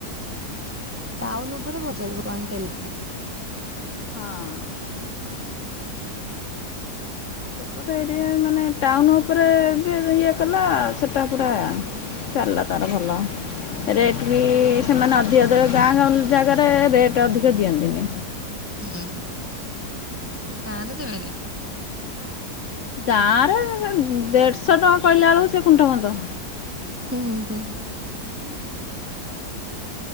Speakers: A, on the right; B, on the left.
A: ଟାଉନ ଉପରେ ମ ଚାଲିବ କଣଟେଲ
B: ହଁ। ସେପଟେ ଏରିଆ ମାନେ ଟାଉନ ଉପରେ ଯେ ଇଏ କଲା ସେଇଟା ପୁରା ଚାଲିଲା ତାର ଭଲ।
A: ହୁଁ
B: ରେଟ୍ ବି ସେମାନେ ଅଧିକ ଗାଁ ଗାଁ ଜାଗାରେ ରେଟ୍ ଅଧିକ ଦିଅନ୍ତିନି।
A: ହୁଁ ଗାଁରେ ଦେବେନି।
B: ଗାଁ ରେ ଦେଢଶହ ଟଙ୍କା କହିଲା ବେଳକୁ ସେ କୁଣ୍ଠ ବଧ।
A: ହୁଁ ହୁଁ। ହୁଁ।